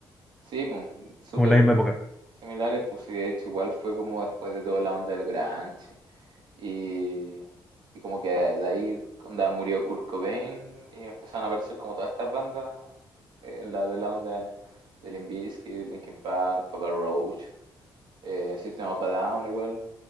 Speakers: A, on the right; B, in the centre.
A: Sí, pues, súper
B: como en la misma época.
A: similares, pues sí, de hecho igual fue como después de toda la onda del grunge y, y como que de ahí onda, murió Kurt Cobain y empezaron a aparecer como todas estas bandas, eh, la de la onda de Limp Bizkit, Linkin Park, Papa Roach, eh, System of a Down igual,